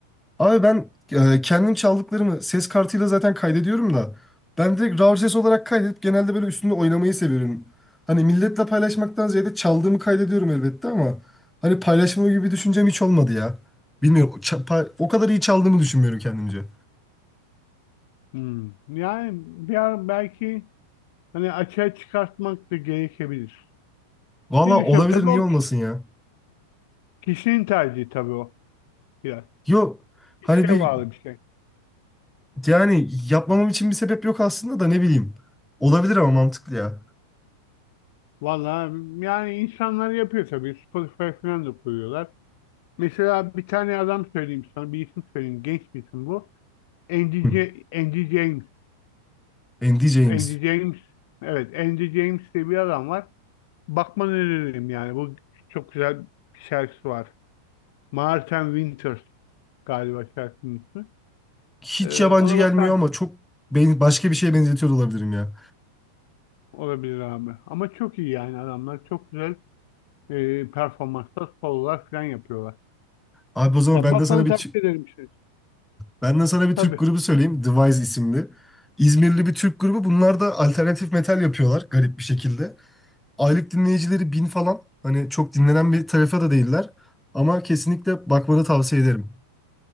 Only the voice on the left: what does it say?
Hmm. Yani bir ara belki hani açığa çıkartmak da gerekebilir.
Bir düşünüyorum.
Tabii
o
kişinin tercihi tabii o biraz.
İşe
bağlı bir şey.
Vallahi yani insanlar yapıyor tabii. Spotify falan da koyuyorlar. Mesela bir tane adam söyleyeyim sana. Bir isim söyleyeyim. Genç bir isim bu. Andy,
J- Andy James.
Andy James. Evet. Andy James diye bir adam var. Bakmanı öneririm yani. Bu çok güzel bir şarkısı var. Martin Winters galiba şarkının ismi.
Ee,
ona
bakar
olabilir abi. Ama çok iyi yani adamlar. Çok güzel e, performansta sololar falan yapıyorlar.
Ya
bakmanı
tavsiye
ederim işte.
Tabii.